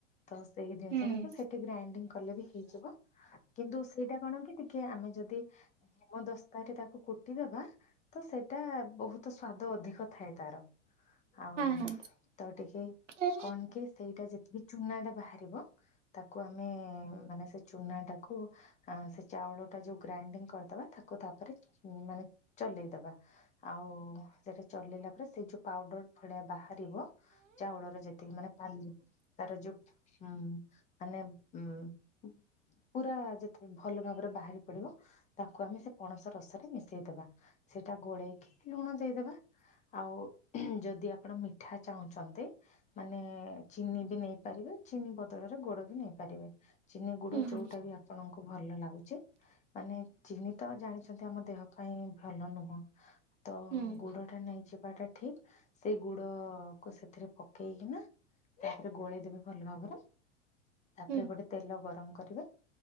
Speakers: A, on the left; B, on the right.
A: ତ ସେଇ ଜିନିଷ
B: ହୁଁ
A: ଟାକୁ
B: ହଁ
A: ସେଠି ଗ୍ରାଇଣ୍ଡିଙ୍ଗ କଲେ ବି ହେଇଯିବ। କିନ୍ତୁ ସେଇଟା କଣ କି ଟିକେ ଆମେ ଯଦି ଇ ହେମ ଦସ୍ତାରେ ତାକୁ କୁଟିଦବା ତ ସେଇଟା ବହୁତ ସ୍ଵାଦ ଅଧିକ ଥାଏ। ତାର ଆଉ
B: ହଁ ହଁ ହଁ।
A: ତ ଟିକେ
B: ହୁଁ
A: କଣ କି ସେଇଟା ଯେ ଚୁନାଟା ବାହାରିବ। ତାକୁ ଆମେ ମାନେ ସେ ଚୁନା ଟାକୁ ସେ ଚାଉଳ ଟା ଯୋଉ ଗ୍ରାଇଣ୍ଡିଙ୍ଗ କରିଦବା ତାକୁ ତାପରେ ମାନେ ଚଲେଇଦବା ଆଉ ସେଟା ଚଲେଇଲା ପରେ ସେ ଯୋଉ ପାଉଡର ଭଳିଆ ବାହାରିବ ଚାଉଳର ଯେତିକି ମାନେ ପାଲି ତାର ଯୋଉ ଉଁ ମାନେ ଉଁ ପୁରା ଯେତେବେଳେ ଭଲ ଭାବରେ ବାହାରି ପଡିବ। ତାକୁ ଆମେ ସେ ପଣସ ରସରେ ମିଶେଇ ଦବା। ସେଇଟା ଗୋଳେଇକି ଲୁଣ ଦେଇଦବା। ଆଉ ଯଦି ଆପଣ ମିଠା ଚାହୁଁଛନ୍ତି। ମାନେ ଚିନି ବି ନେଇପାରିବେ। ଚିନି ବଦଳରେ ଗୋଡ ବି ନେଇପାରିବେ। ଚିନି ଗୋଡ
B: ହୁଁ
A: ଯୋଉଟା
B: ହୁଁ
A: ବି ଆପଣଙ୍କୁ ଭଲ ଲାଗୁଛି ମାନେ ଚିନି ତ ଜାଣିଛନ୍ତି ଆମ ଦେହ ପାଇଁ ଭଲ ନୁହଁ। ତ
B: ହୁଁ
A: ଗୁଡ ଟା ନାଇଁ ଯି ବାଟା ଠିକ୍। ସେଇ ଗୁଡ କୁ ସେଥିରେ ପକେଇକି ନା ତାକୁ ଗୋଳେଇଦବେ ଭଲ ଭାବରେ ତାପରେ
B: ହୁଁ
A: ଗୋଟେ ତେଲ ଗରମ କରିବେ